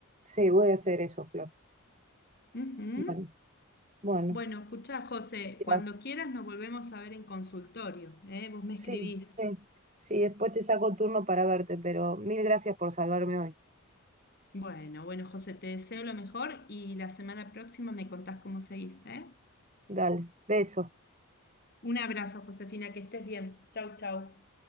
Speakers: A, on the right; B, on the left.
A: sí, voy a hacer eso, Flor.
B: Ujú.
A: Bueno. Bueno,
B: Bueno, escuchá, José,
A: gracias.
B: cuando quieras nos volvemos a ver en consultorio, ¿eh? Vos me
A: Sí,
B: escribís.
A: sí, sí, después te saco turno para verte, pero mil gracias por salvarme hoy.
B: Bueno, bueno, José, te deseo lo mejor y la semana próxima me contás cómo seguís, ¿eh?
A: Dale, beso.
B: Un abrazo, Josefina, que estés bien. Chau, chau.